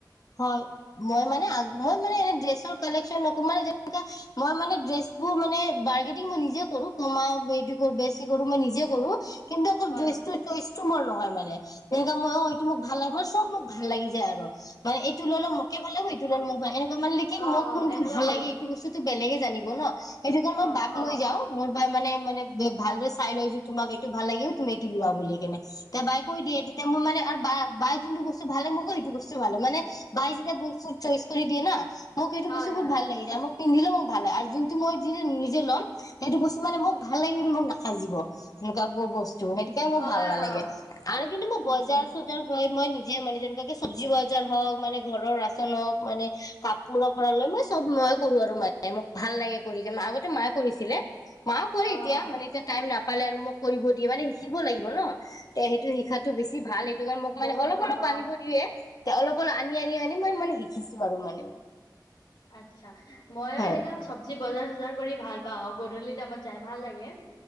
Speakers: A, on the left (about 50°); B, on the left (about 75°).
A: হয়, মই মানে মই মানে এনে ড্ৰেছ। কালেকচন অকমান যেনে কোৱা মই মানে বাৰগেদিঙ মানে মই নিজে কৰো, কোনোবা টো কম বেছি মই নিজে কৰো। কিন্তু অকল
B: হয়
A: ড্ৰেছটো
B: হয়
A: চইচ টো মোৰ নহয় মানে। <inaudible> সেই মই অ এইটো মোক ভাল লাগে মই চব মোক ভাল। ভাল লাগি যায় আৰু। মানে এইটো ল'ল মোকে ভাল লাগ এইটো ল' মোক এনেকুৱ মানে
B: অ
A: মোক
B: অ
A: কোনটো
B: এনেকুৱা
A: ট ভাল
B: হৈ
A: লাগে
B: যায়
A: এইটো বস্তুটো বেলেগে। জানিব ন। সেইটো কাৰণে মই
B: অ
A: বাক
B: অ
A: লৈ যাও মোৰ বা মানে। মানে ভালদৰে চাই লয় যে তোমাক এইটো ভাল লাগে তুমি এটো লোৱা বুলি কেনে, তেতিয়া বাই কৈ দিয়ে তেতিয়া মই মানে আৰু বা বাই যোনটো বস্তু ভালে মোক কয় সেইটো বস্তুে ভাল লাগে। মানে বাই যেতিয়া বস্তুৰ চইচ কৰি দিয়ে ন। মোক এইেইটো
B: হয়
A: বস্তু বহুত
B: হয়
A: ভাল লাগি যায় মোৰ। পিন্ধিলেও মোক ভাল লাগে আৰু যোনটো মই য নিজে ল'ম সেইটো বস্তু মানে মোক ভাল লাগিব মোক নাখাজিব সেনেকোৱা ব বস্তু। সেইটোকে মোৰ
B: অ
A: ভাল নালাগে
B: অ
A: আৰু কিন্তু মই
B: উম
A: বজাৰ
B: হম
A: চজাৰ গৈ। মই নিজে মানে যে কে চব্জি লয় <unintelligible> বজাৰ হক, মানে ঘৰৰ ৰাচন হওক, মানে কাপোৰৰ পৰা লৈ, মই চব মইে কৰো আৰু মানে মোক ভাল লাগে কৰি কিনে, আগতে মায়ে কৰিছিলে। মা কৰে
B: অ
A: এতিয়া,
B: অ
A: মানে এতিয়া টাইম নাপায় পালে আৰু মোক কৰিব দিয়ে, মানে শিকিব লাগিব ন, তে সেইটো শিকাটো বেছি ভাল সেইটো কাৰণে মোক
B: বহুত
A: মানে অলপ-অলপ
B: ভাল অ
A: বানিব দিয়ে। তে অলপ-অলপ, আনি-আনি-আনি মই মানে শিকিছো আৰু মানে
B: আচ্ছা, মইো
A: হয়।
B: এনেকে চব্জি বজাৰ-চজাৰ কৰি ভাল পাওঁ, গধূলি টাইমত যাই ভাল লাগে।